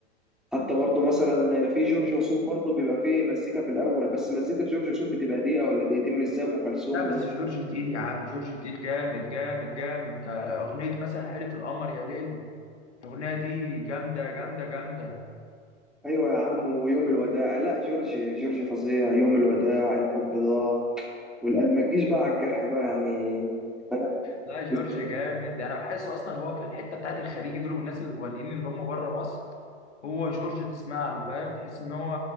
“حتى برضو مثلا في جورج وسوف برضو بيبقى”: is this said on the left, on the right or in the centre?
Centre